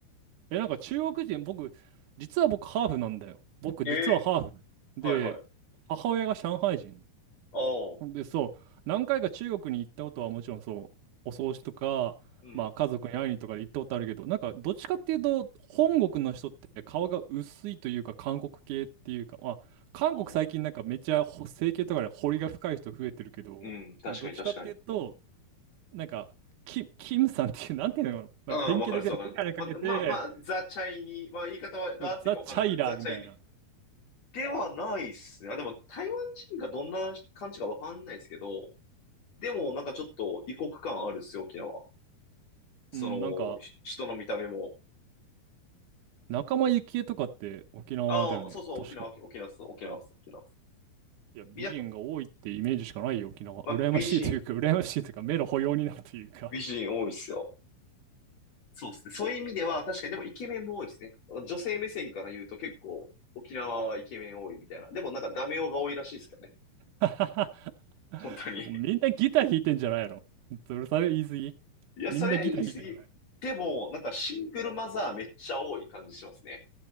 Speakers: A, on the right; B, on the left.
A: え、なんか中国人、僕、実は僕ハーフなんだよ。僕、
B: ええ
A: 実はハーフ。で、
B: はいはい。
A: 母親が上海人。
B: ああ、
A: で、そう、何回か中国に行ったことはもちろんそう、お葬式とか、
B: うん。
A: まあ家族に会いにとかで行ったことあるけど、なんかどっちかっていうと、本国の人って顔が薄いというか、韓国系っていうか、まあ、韓国最近なんかめっちゃほ整形とかで彫りが深い人増えてるけど、
B: ああうん、確かに確かに。
A: なんかどっちかっていうと、なんか、キム、キムさんっていう、なんていうの、なんか典型的な眼鏡かけて、
B: ああ、わかるっすわかる。ま、まあまあ、ザ・チャイニー、まあ言い方はが合ってるかわかんないですけど、
A: ザ・チャイラーみたいな。
B: ザ・チャイニーではないっすね。あ、でも台湾人がどんな感じかわかんないですけど、でもなんかちょっと異国感あるっすよ、沖縄。その、
A: うん、なんか、
B: ひ人の見た目も。
A: 仲間由紀恵とかって沖縄だよね、
B: ああ、そうそう、
A: 確か。
B: 沖縄、沖縄っす、沖縄っす、沖縄っす。
A: いや、美人が多いってイメージしかないよ、
B: みんな
A: 沖縄。
B: まあ、
A: 羨ましいというか、
B: 美人、
A: 羨ましいというか、目の保養になるというか。
B: 美人多いっすよ。そうですね。そういう意味では、確かにでもイケメンも多いですね。女性目線から言うと結構沖縄はイケメン多いみたいな。でもなんかダメ男が多いらしいですからね。
A: <laughs>
B: 本当に。<laughs>
A: みんなギター弾いてんじゃないのそれ、それ言い過ぎ
B: いや、
A: みんなギター弾いてない。
B: それは言い過ぎ。でも、なんかシングルマザーめっちゃ多い感じしますね。